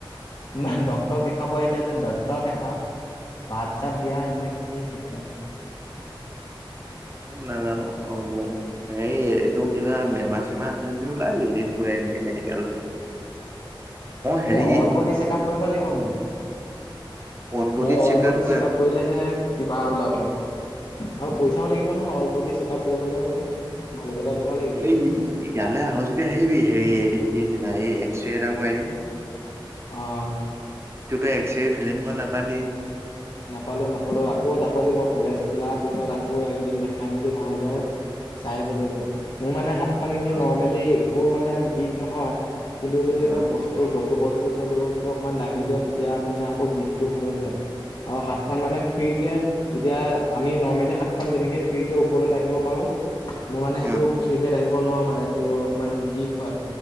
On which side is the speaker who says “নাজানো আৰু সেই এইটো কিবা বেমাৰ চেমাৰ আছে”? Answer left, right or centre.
Right